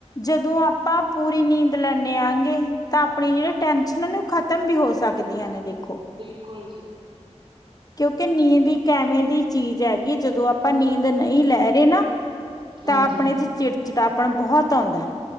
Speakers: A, on the left; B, on the right.
A: ਜਦੋਂ ਆਪਾਂ ਪੂਰੀ ਨੀਂਦ ਲੈਦੇ ਆਗੇ ਤਾਂ ਆਪਣੀ ਜਿਹੜੀ ਟੈਨਸ਼ਨ ਉਹ ਖਤਮ। ਖ਼ਤਮ ਵੀ ਹੋ ਸਕਦੀਆਂ ਨੇ ਦੇਖੋ।
B: ਬਿਲਕੁਲ ਜੀ।
A: ਕਿਉਂਕਿ ਨੀਂਦ ਇੱਕ ਐਵੇਂ ਦੀ ਚੀਜ਼ ਹੈਗੀ ਜਦੋਂ ਆਪਾਂ ਨੀਂਦ ਨਹੀਂ ਲੈ ਰਹੇ ਨਾ।
B: ਹਾਂਜੀ,
A: ਤਾਂ ਆਪਣੇ ਚ ਚਿੜਚਿੜਾਪਣ ਬਹੁਤ ਆਉਂਦਾ।